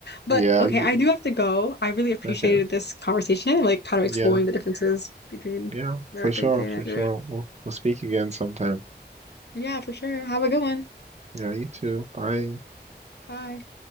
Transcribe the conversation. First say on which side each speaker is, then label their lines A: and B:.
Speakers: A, on the left; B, on the right.
A: But
B: <laughs> yeah,
A: okay,
B: y-
A: I do have to go. I really appreciated
B: okay,
A: this conversation and like kind of
B: yeah,
A: exploring the differences between
B: yeah,
A: America,
B: for sure,
A: UK, and
B: for
A: Nigeria.
B: sure. We'll, we'll speak again sometime.
A: Yeah, for sure. Have a good one.
B: Yeah, you too. Bye.
A: Bye.